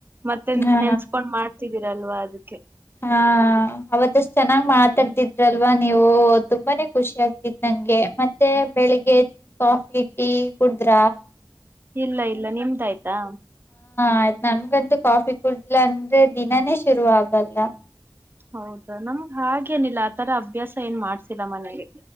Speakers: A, on the right; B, on the left.
A: ಮತ್ತೆನ್
B: ಹಾ
A: ನೆನ್ಸ್ಕೊಂಡ್ ಮಾಡ್ತಿದೀರಲ್ವ ಅದಕ್ಕೆೆ
B: ಹಾ ಅವತ್ತಷ್ಟು ಚೆನ್ನಾಗ್ ಮಾತಾಡ್ತಿದ್ವಿ ಇದ್ರಲ್ವಾ ನೀವು ತುಂಬಾನೇ ಖುಷಿ ಆಗ್ತಿತ್ತು ನನಗೆ ಮತ್ತೆ ಬೆಳಿಗ್ಗೆ ಕಾಫಿ ಟೀ ಕುಡಿದ್ರ
A: ಇಲ್ಲ ಇಲ್ಲ ನಿಮ್ದ ಆಯ್ತಾ
B: ಆಯ್ತು ನಮಗಂತೂ ಕಾಫಿ ಕುಡುದಿಲ್ಲ ಅಂದ್ರೆ ದಿನಾನೇ ಶುರು ಆಗ್ ಅಲ್ಲ
A: ಹೌದಾ ನಮ್ಗ್ ಹಾಗೇನಿಲ್ಲ ಆ ತರ ಅಭ್ಯಾಸ ಏನ್ ಮಾಡ್ಸಿಲ್ಲ ಮನೇಲಿ